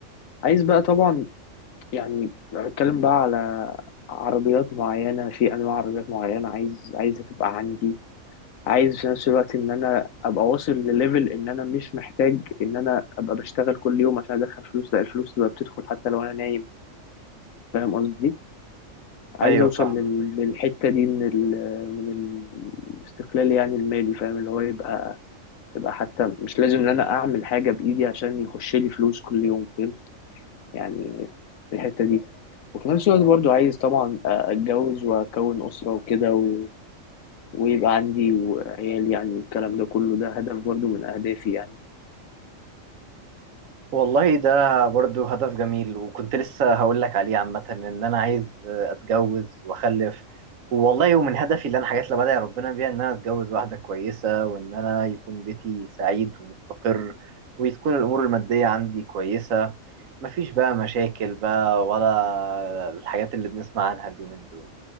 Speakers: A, on the left; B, on the right.
A: عايز بقى طبعا يعني اتكلم بقى على عربيات معينه في انواع عربيات معينه عايز عايزها تبقى عندي عايز في نفس الوقت ان انا ابقى واصل لليفل ان انا مش محتاج ان انا ابقى بشتغل كل يوم عشان ادخل فلوس لا الفلوس تبقى بتدخل حتى لو انا نايم فاهم قصدي عايز
B: ايوه
A: اوصل
B: فاهمة
A: لل- للحتة دي من ال من ال- الاستقلال يعني المالي فاهم اللي هو يبقى يبقى حتى مش لازم ان انا اعمل حاجة بايدي عشان يخش لي فلوس كل يوم فاهم يعني الحتة دي وفي نفس الوقت برضو عايز طبعا اتجوز واكون اسرة وكده و... ويبقى عندي عيال يعني والكلام ده كله ده هدف برضو من اهدافي يعني
B: والله ده برضو هدف جميل وكنت لسه هقول لك عليه عامة ان انا عايز اتجوز واخلف والله ومن هدفي اللي انا حاجات اللي بدعي ربنا بيها ان انا اتجوز واحدة كويسة وان انا يكون بيتي سعيد ومستقر وتكون الامور المادية عندي كويسة مفيش بقى مشاكل بقى ولا الحاجات اللي بنسمع عنها اليومين دول